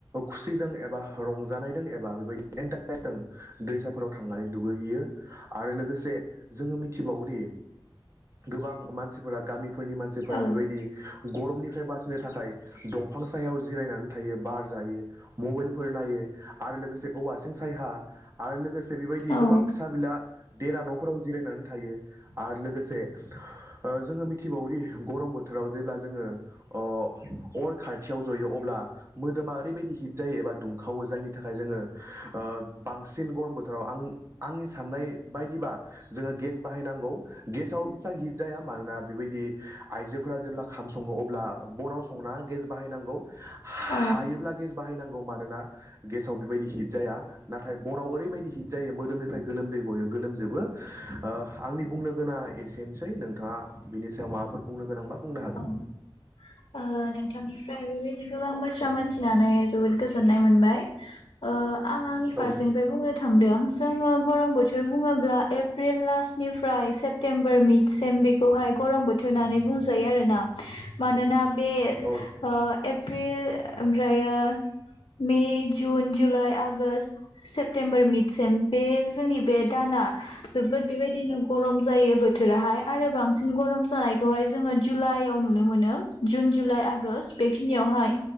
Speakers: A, on the right; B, on the left.
A: खुसिदों एबा रंजानायदों एबा बेबायदि एन्टारेस्जों दैसाफोराव थांनानै दुगैहैयो आरो लोगोसे जोङो मिथिबावोदि गोबां मानसिफोरा गामिफोरनि मानसिफोरा
B: औ
A: बेबायदि गरमनिफ्राय बासिनो थाखाय दंफां सायाव जिरायनानै थायो बार जायो मबाइल फोर नायो आरो लोगोसे औवासिं सायहा आरो लोगोसे बेबायदि
B: औ
A: गोबां फिसा बिला देरा न'फोराव जिरायनानै थायो आरो लोगोसे ओ जोङो मिथिबावोदि गरम बोथोराव जेब्ला जोङो। अ अर थायो खाथियाव जयो अब्ला मोदोमा ओरैबायदि हिट जायो एबा दुंखावो जायनि थाखाय जोङो ओ बां सिन गरम बोथोराव आं आंनि साननाय बायदिबा जोङो गेस बाहायनांगौ गेसाव इसबां हिट जाया मानोना बेबायदि आइजोफोरा जेब्ला ओंखाम सङो अब्ला बनाव सङना गेस बाहायनांगौ हायोब्ला
B: औ
A: गेस बाहायनां गौ मानोना गेसाव बेबायदि हिट जाया नाथाय बनाव ओरैबायदि हिट जायो मोदोमनिफ्राय गोलोमद दै गयो। गोलोमजोबो ओ आंनि बुंनो गोना एसेनोसै नोंथाङा बिनि सायाव माबाफोर बुंनो गोनांबा बुंनो हागोन
B: औ ओ नोंथांनिफ्राय बेबायदिनो गोबां बाथ्रा मोनथि फिनानै जोबोद गोजोननाय मोनबाय ओ आं आंनि
A: औ
B: फारसेनिफ्राय बुंनो थांदों जोंङो गरम बोथोर बुङोब्ला एप्रिल लास्टनिफ्राय सेप्तेम्बर मिटसिम बेखौहाय गरम बोथोर होननानै बुंजायो आरोना मानोना बे
A: औ
B: ओ एप प्रिल ओमफ्रायो May, June, July, August, September, मिडसिम बे जोंनि बे दाना जोबोद बेबायदिनो गरम जायो बोथोराहाय आरो बांसिन गरम जानायखौहाय जोङो। जुलाइयाव नुनो मोनो जुन जुलाइ आगष्ट बेखिनियावहाय